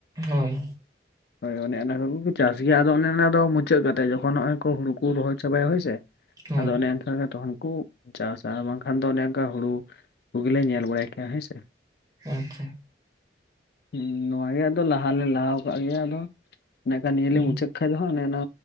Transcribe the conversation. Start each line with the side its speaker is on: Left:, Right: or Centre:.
Right: ᱦᱚᱭ
Left: ᱦᱚᱭ ᱚᱱᱮ ᱚᱱᱟ ᱠᱚᱜᱮ ᱠᱚ ᱪᱟᱥ ᱜᱮᱭᱟ ᱟᱫᱚ ᱚᱱᱮ ᱚᱱᱟ ᱫᱚ ᱤᱪᱟᱹᱜ ᱠᱟᱛᱮ ᱡᱚᱠᱷᱚᱱ ᱱᱚᱜ ᱚᱭ ᱠᱚ ᱦᱩᱲᱩ ᱠᱚ ᱨᱚᱦᱚᱭ ᱪᱟᱵᱟᱭᱟ ᱦᱚᱭ ᱥᱮ
Right: ᱦᱳᱭ
Left: ᱟᱫᱚ ᱚᱱᱮ ᱚᱱᱠᱮ ᱛᱚᱠᱷᱚᱱ ᱠᱚ ᱪᱟᱥᱟ ᱵᱟᱝᱠᱷᱟᱱ ᱫᱚ ᱚᱱᱮ ᱚᱱᱠᱟ ᱦᱩᱲᱩ ᱠᱚᱜᱮᱞᱮ ᱧᱮᱞ ᱵᱟᱲᱟᱭ ᱠᱮᱭᱟ ᱦᱮᱸ ᱥᱮ
Right: ᱟᱪᱷᱟ
Left: ᱦᱩᱸ ᱱᱚᱣᱟ ᱜᱮ ᱟᱫᱚ ᱞᱟᱦᱟᱞᱮ ᱞᱟᱦᱟ ᱠᱟᱜ ᱜᱮᱭᱟ ᱟᱫᱚ ᱢᱮᱱᱠᱷᱟᱱ ᱱᱤᱭᱟᱹᱤ
Right: ᱦᱩᱸ
Left: ᱢᱩᱪᱟᱹᱫ ᱥᱤᱠᱷᱟ ᱫᱚ ᱚᱱᱮ ᱚᱱᱟ